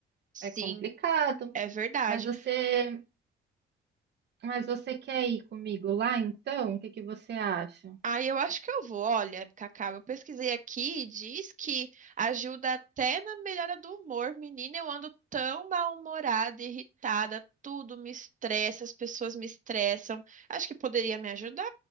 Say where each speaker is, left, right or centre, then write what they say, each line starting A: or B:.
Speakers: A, on the right; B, on the right.
A: Sim,
B: É complicado.
A: é verdade.
B: Mas você, mas você quer ir comigo lá então? O que que você acha?
A: Aí eu acho que eu vou. Olha, Cacau, eu pesquisei aqui e diz que ajuda até na melhora do humor. Menina, eu ando tão mal-humorada, irritada, tudo me estressa, as pessoas me estressam. Acho que poderia me ajudar.